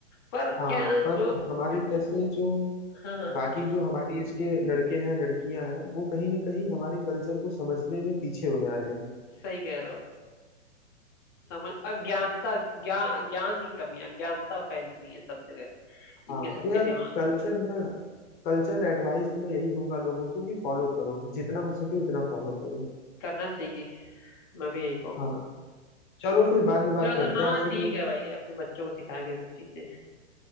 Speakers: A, on the left; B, on the left.
A: पर
B: हाँ
A: क्या है ना
B: पर
A: जो
B: हमारे जैसे जो
A: हाँ हाँ
B: बाकी जो हमारी एज के लड़के हैं लड़कियां हैं वो कहीं ना कहीं हमारे कल्चर को समझने में पीछे हो जा रहे हैं
A: सही कह रहे हो समझ अज्ञानता ज्ञान ज्ञान की कमी अज्ञानता फैली हुई है सब जगह
B: हाँ
A: इनके सबके
B: तो यार
A: दिमाग
B: कल्चर
A: में
B: ना कल्चर एडवाइस तो मैं यही दूंगा लोगों को कि फॉलो करो जितना हो सके उतना फॉलो करो
A: करना चाहिए मैं भी यही कहूंगा
B: हाँ चलो फिर बाद में बात
A: चलो
B: करते हैं
A: हाँ
B: आपसे
A: ठीक
B: फिर
A: है भाई अपने बच्चों को सिखाएंगे ये सब चीजें